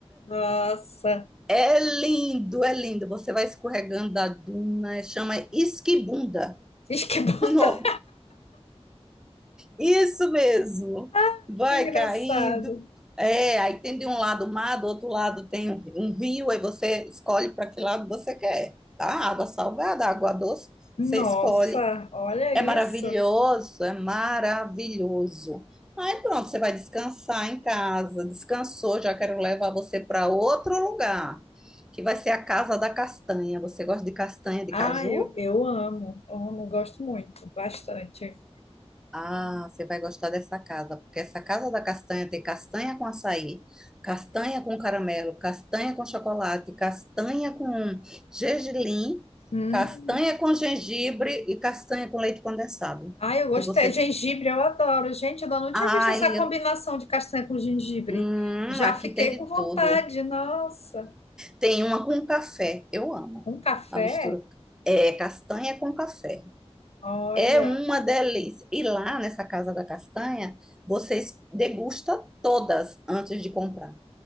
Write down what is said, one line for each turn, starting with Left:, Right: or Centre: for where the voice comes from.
Left: <laughs> Nossa,
Centre: É lindo, é lindo. Você vai escorregando da duna, chama esquibunda.
Left: isso que bom,
Centre: Não
Left: tá?
Centre: Isso mesmo.
Left: <laughs>
Centre: Vai
Left: que engraçado.
Centre: caindo. É, aí tem de um lado o mar, do outro lado tem um um rio, aí você escolhe para que lado você quer, tá? Água salgada, água doce,
Left: Nossa,
Centre: você escolhe.
Left: olha isso.
Centre: É maravilhoso, é maravilhoso. Aí pronto, você vai descansar em casa. Descansou, já quero levar você para outro lugar, que vai ser a Casa da Castanha. Você gosta de castanha de
Left: Ah,
Centre: caju?
Left: eu, eu amo, amo, gosto muito, bastante.
Centre: Ah, você vai gostar dessa casa, porque essa casa da castanha tem castanha com açaí, castanha com caramelo, castanha com chocolate, castanha com gergelim,
Left: Hum.
Centre: castanha com gengibre e castanha com leite condensado.
Left: Ah, eu gostei.
Centre: E você.
Left: Gengibre, eu adoro. Gente, eu ainda não
Centre: Ai,
Left: tinha visto essa combinação
Centre: eu-
Left: de castanha com gengibre.
Centre: hum,
Left: Já
Centre: aqui
Left: fiquei
Centre: tem de
Left: com vontade,
Centre: tudo.
Left: nossa.
Centre: Tem uma com café, eu amo.
Left: Com café?
Centre: A mistura é castanha com café.
Left: Olha,
Centre: É uma delícia. E lá nessa Casa da Castanha, vocês degustam todas antes de comprar,